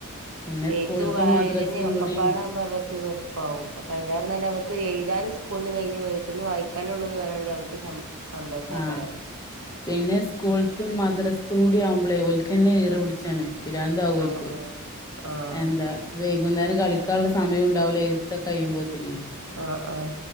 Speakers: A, on the left; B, on the right.
A: പിന്നെ
B: എഴുത്തും
A: സ്കൂൾത്തും
B: വായനയും
A: മദ്രസും
B: ഒക്കെപ്പാടാകുമ്പോ
A: കൂടിയും
B: അവർക്ക് വെറു എളുപ്പാവും അപ്പൊ അതിലേറെ നല്ലത് അവർക്ക് എഴുതാന് സ്കൂളിന്ന് കഴിഞ്ഞ് വീട്ട്ന്ന് വായിക്കനെ ഉള്ളൂന്ന് പറയാണെങ്കിൽ അവർക്ക് സ സന്തോഷയ്കാരം
A: ആഹ് പിന്നെ സ്കൂള്ത്തതും മദ്രസ്ത്തതും കൂടി ആവുമ്പോളേ ഓല്ക്കന്നെ ഈറ പിടിച്ചാണ് പിരാന്താവോൽക്ക്
B: ആഹ് ആഹ് ആഹ്
A: എന്താ വൈകുന്നേരം കളിക്കാൻള്ള സമയം ഉണ്ടാവുല എഴുത്തൊക്കെ കഴിയുമ്പോത്തിനേ
B: ആഹ് ആഹ്